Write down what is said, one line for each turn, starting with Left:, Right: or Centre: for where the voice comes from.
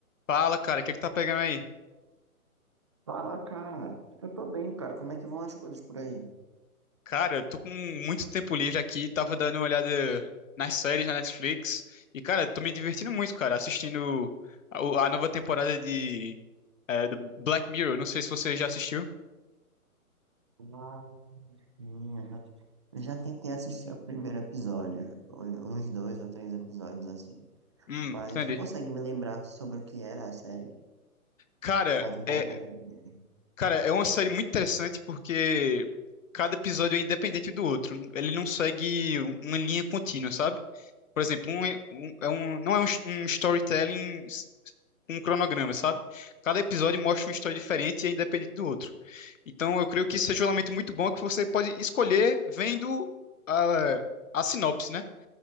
Left: Fala, cara, o que é que tá pegando aí?
Right: Fala, cara. Eu tô bem, cara. Como é que vão as coisas por aí?
Left: Cara, eu tô com muito tempo livre aqui, tava dando uma olhada nas séries na Netflix e, cara, tô me divertindo muito, cara, assistindo a, o- a nova temporada de é, do Black Mirror. Não sei se você já assistiu.
Right: Ah, sim, eu já, eu já tentei assistir o primeiro episódio, um- uns dois ou três episódios assim.
Left: Hum,
Right: Mas
Left: entendi.
Right: não consegue me lembrar sobre o que era a série.
Left: Cara,
Right: Faz um bom
Left: é,
Right: tempo. mesmo.
Left: cara, é uma série muito interessante porque cada episódio é independente um do outro. Ele não segue uma linha contínua, sabe? Por exemplo, um, um- é um, não é um, um storytelling, s- um cronograma, sabe? Cada episódio mostra uma história diferente e é independente do outro. Então, eu creio que isso seja um elemento muito bom que você pode escolher vendo a, a sinopse, né?